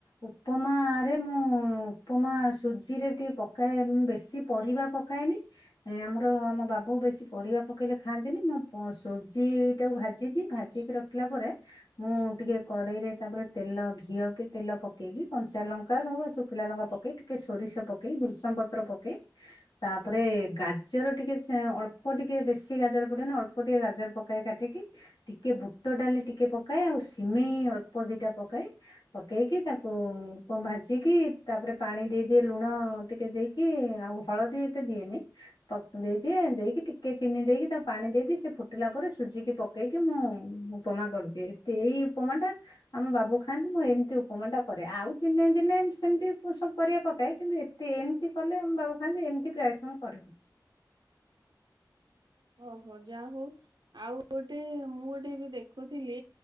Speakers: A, on the left; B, on the right.
A: ଉପମାରେ ମୁଁ ଉପମା ସୁଜିରେ ଟିକେ ପକାଏ ମୁଁ ବେଶୀ ପରିବା ପକାଏନି। ଏଁ, ଆମର ଆମ ବାବୁ ବେଶୀ ପରିବା ପକେଇଲେ ଖାଆନ୍ତିନି। ମୁଁ ପ-ସୁଜି ଟାକୁ ଭାଜିଦିଏ। ଭାଜିକି ର ଖିଲା ପରେ ମୁଁ ଟିକେ କଡେଇରେ ତାପରେ ତେଲ ଘିଅ କି ତେଲ ପକେଇକି କଞ୍ଚା ଲଙ୍କା ହଉ ବା ଶୁଖିଲା ଲଙ୍କା ପକେଇ ଟିକେ ସୋରିଷ ପକେଇ ବୃସମ ପତ୍ର ପକେଇ ତାପରେ ଗାଜର ଟିକେ ସେଅଁ, ଅଳ୍ପ ଟିକେ ବେଶୀ ଗାଜର ପୁଡେନା ଅଳ୍ପ ଟିକେ ଗାଜର ପକାଏ। କାଟିକି ଟିକେ ବୁ ଟ ଡାଲି ଟିକେ ପକାଏ ଆଉ ସିମେଇ ଅଳ୍ପ ଦିଟା ପକାଏ। ପକେଇକି ତାକୁ କଣ ଭାଜିକି ତାପରେ ପାଣି ଦେଇଦିଏ। ଲୁଣ ଟିକେ ଦେଇକି ଆଉ ହଳଦୀ ଏତେ ଦିଏନି ପକ୍ ଦେଇଦିଏ ଦେଇକି ଟିକେ ଚିନି ଦେଇକି ତାକୁ ପାଣି ଦେଇଦିଏ। ସେ ଫୁଟିଲା ପରେ ସୁଜିକି ପକେଇକି ମୁଁ ମୁଁ ଉପମା କରିଦିଏ। ଏତେ ଏଇ ଉପମା ଟା ଆମ ବାବୁ ଖାଆନ୍ତି। ମୁଁ ଏମିତି ଉପମା ଟା କରେ ଆଉ ଦିନେ ଦିନେ ସେମିତି ସବୁ ପରିବା ପକାଏ। କିନ୍ତୁ ଏତେ ଏମିତି କଲେ ଆମ ବାବୁ ଖାଆନ୍ତି। ଏମିତି ପ୍ରାୟ ସମୟ କରେ ମୁଁ
B: ଓହୋ! ଯା ହଉ ଆଉ ଗୋଟେ ମୁଁ ଗୋଟେ ଏବେ ଦେ କହୁଥିଲି